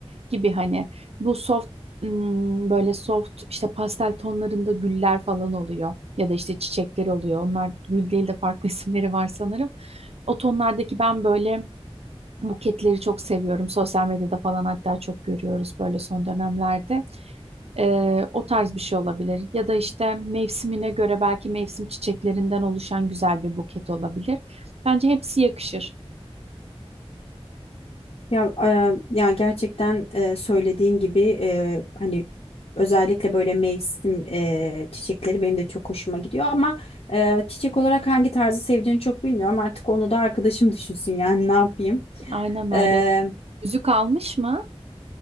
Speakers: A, on the right; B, on the left.
A: gibi hani bu soft ım, böyle soft işte pastel tonlarında güller falan oluyor ya da işte çiçekler oluyor. Onlar gül değil de farklı <laughs> isimleri var sanırım. O tonlardaki ben böyle buketleri çok seviyorum. Sosyal medyada falan hatta çok görüyoruz böyle son dönemlerde. Ee, o tarz bir şey olabilir. Ya da işte mevsimine göre belki mevsim çiçeklerinden oluşan güzel bir buket olabilir. Bence hepsi yakışır.
B: Ya, e, ya gerçekten e, söylediğin gibi e, hani özellikle böyle mevsim e, çiçekleri benim de çok hoşuma gidiyor ama e, çiçek olarak hangi tarzı sevdiğini çok bilmiyorum. Artık onu da arkadaşım düşünsün yani ne yapayım.
A: Aynen öyle.
B: E,
A: Yüzük almış mı?